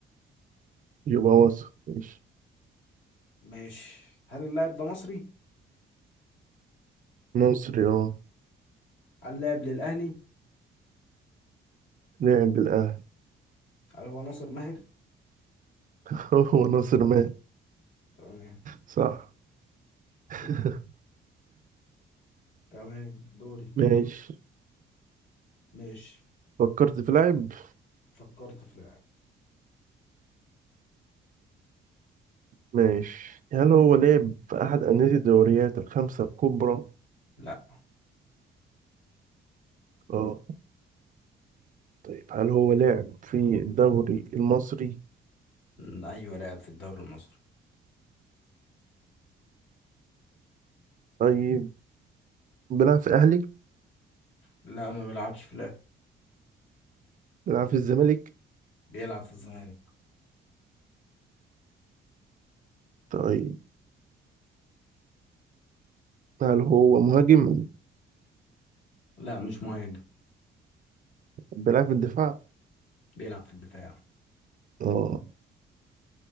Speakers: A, on the right (about 40°); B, on the left (about 75°).
A: يبقى وسط ماشي
B: ماشي هل اللاعب ده مصري
A: مصري اه
B: هل لاعب للاهلي
A: لعب بالاهلي
B: هل هو ناصر ماهر
A: <laughs> هو ناصر مات
B: تمام
A: صح <laughs>
B: <laughs> تمام دوري
A: ماشي
B: ماشي
A: فكرت في لاعب
B: فكرت في لاعب
A: ماشي هل هو لعب في أحد أندية الدوريات الخمسة الكبرى؟
B: لا
A: اه طيب هل هو لعب في الدوري المصري؟
B: م، ايوه لاعب في الدوري المصري
A: طيب بيلعب في الأهلي؟
B: لا ما بيلعبش في الاهلي
A: بيلعب في الزمالك؟
B: بيلعب في الزمالك
A: طيب هل هو مهاجم؟
B: لا مش مهاجم
A: بيلعب في الدفاع؟
B: بيلعب في الدفاع
A: اه